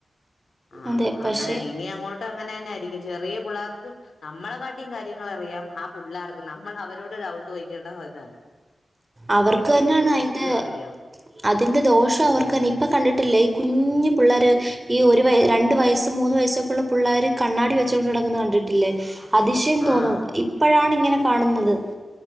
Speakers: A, on the left (about 80°); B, on the right (about 25°).
A: ആഹ്
B: അതെ
A: അങ്ങനെണ്
B: പക്ഷേ
A: ഇനി അങ്ങോ ട്ടങ്ങനെന്നായിരിക്കും ചെറിയ പുള്ളാർക്ക് നമ്മളെ കാട്ടിം കാര്യങ്ങളറിയാം അ പുള്ളാർക്ക് നമ്മളവരോട് ഡൗട്ടോയ്ക്കേണ്ട <unintelligible> യി.
B: അവർക്ക് തന്നെയാണ് അതിന്റെ
A: അറിയാം
B: അതിന്റെ ദോഷം അവർക്ക് തന്നെ ഇപ്പൊ കണ്ടിട്ടില്ലേ ഈ കുഞ്ഞു പിള്ളേര് ഈ ഒരു വയ രണ്ടു വയസ്സ് മൂന്ന് വയസ്സൊക്കെയുള്ള പിള്ളാര് കണ്ണാടി വെച്ചോണ്ട് നടക്കുന്ന കണ്ടിട്ടില്ലേ? അതിശയം തോന്നും
A: ആഹ്
B: ഇപ്പഴാണ് ഇങ്ങനെ കാണുന്നത്.